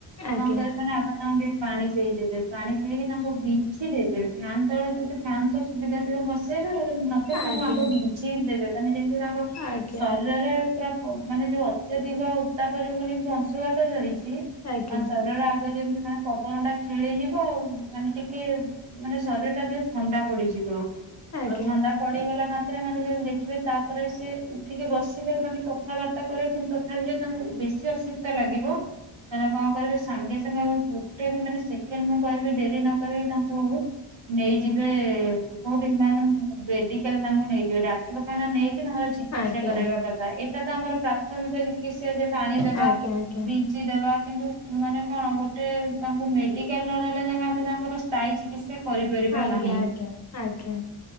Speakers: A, on the right; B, on the left.
A: ତ
B: ଆଜ୍ଞା
A: କଣ କରିବେ ନା ଆଗ ତାଙ୍କୁ ଟିକେ ପାଣି ପେଇ ଦେବେ। ପାଣି ପେଇକି ତାଙ୍କୁ ବିଞ୍ଚି ଦେବେ। ଫ୍ୟାନ୍ ତଳେ ତ ଫ୍ୟାନ ତ ସୁବିଧା ଥିବ ବସେଇବେ <unintelligible> ତାଙ୍କୁ
B: ଆଜ୍ଞା
A: ଆଗ ବିଞ୍ଚି ଦେବେ, ମାନେ ଯେମତି ତାଙ୍କ
B: ଆଜ୍ଞା
A: ଶରୀରରେ <unintelligible> ମାନେ ଯୋଉ ଅତ୍ୟଧିକ ଉତ୍ତାପ ଯୋଗୁ ଯେମିତି ଅଂଶୁଘାତ ଧରିଛି
B: ଆଜ୍ଞା
A: ଆ ଶରୀରରେ ଆଗ ଯେମତି ମାନେ ପବନ ଟା ଖେଳିଯିବ ଆଉ। ମାନେ ଟିକେ ମାନେ ଶରୀର ଟା ଟିକେ ଥଣ୍ଡା ପଡ଼ିଯିବ।
B: ଆଜ୍ଞା।
A: ଆଉ ଥଣ୍ଡା ପଡ଼ି ହେଇଗଲା ମାତ୍ରେ ମାନେ ଯଦି ଦେଖିବେ ତାପରେ ସେ ଉଠିକି ବସିବେ ମାନେ କଥାବାର କରେ, କିନ୍ତୁ ତଥାପି ଯଦି ତାଙ୍କୁ ବେଶୀ ଅସୁସ୍ଥ ଲାଗିବ, ତାହେଲେ କଣ କରିବେ ସାଙ୍ଗେ <unintelligible> ଗୋଟେ ବି ମାନେ ସେକେଣ୍ଡ ମୁଁ କହିବି ଡେରି ନ କରି ତାଙ୍କୁ ନେଇଯିବେ କୋଉଠି <unintelligible> ମେଡିକାଲ ତାଙ୍କୁ ନେଇଯିବେ। ଡାକ୍ତରଖାନା ନେଇକି ତାଙ୍କର ଚିକି ଚିକିତ୍ସା
B: ଆଜ୍ଞା
A: କରାଇବା
B: ଆଜ୍ଞା
A: କଥା। ଏଇଟା ତ ଆମର ପ୍ରାଥମିକ ଚିକିତ୍ସା ଯେ ପାଣି ଦେବା
B: ଆଜ୍ଞା ଆଜ୍ଞା।
A: କିଛି ଦେବା କିନ୍ତୁ ମାନେ କଣ ଗୋଟେ ତାଙ୍କୁ ମେଡିକାଲ ନ ନେଲା ଯାକେ ଆମେ ତାଙ୍କର ସ୍ଥାୟୀ ଚିକିତ୍ସା କରିପାରିବା
B: ଆଜ୍ଞା
A: ନାହିଁ।
B: ଆଜ୍ଞା ଆଜ୍ଞା।